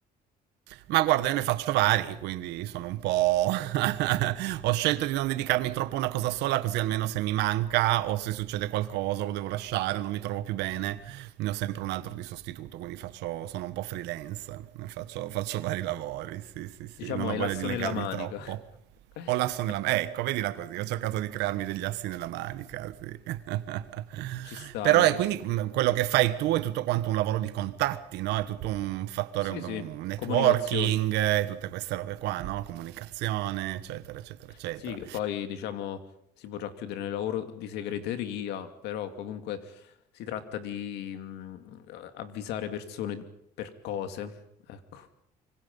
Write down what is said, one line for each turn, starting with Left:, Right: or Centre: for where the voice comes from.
Right: Ma guarda, io ne faccio vari, quindi sono un po'... <laughs> Ho scelto di non dedicarmi troppo a una cosa sola, così almeno se mi manca o se succede qualcosa o lo devo lasciare, non mi trovo più bene, ne ho sempre un altro di sostituto, quindi faccio... sono un po' freelance, ne faccio, faccio vari lavori, sì, sì, sì,
Left: Diciamo
Right: non
Left: hai
Right: ho voglia
Left: l'asso
Right: di legarmi
Left: nella manica.
Right: troppo.
Left: <laughs>
Right: Ho l'asso nella manica, ecco, vedila così, ho cercato di crearmi degli assi nella manica, sì. <laughs>
Left: Ci sta,
Right: Però
Left: no,
Right: e
Left: ci
Right: quindi
Left: sta.
Right: mh, quello che fai tu è tutto quanto un lavoro di contatti, no? È tutto un fattore,
Left: Sì,
Right: un-
Left: sì,
Right: un networking,
Left: comunicazione.
Right: eh, tutte queste robe qua, no? Comunicazione, eccetera, eccetera, eccetera.
Left: Sì, che poi diciamo si potrà chiudere nel lavoro di segreteria, però comunque si tratta di mh, avvisare persone per cose, ecco,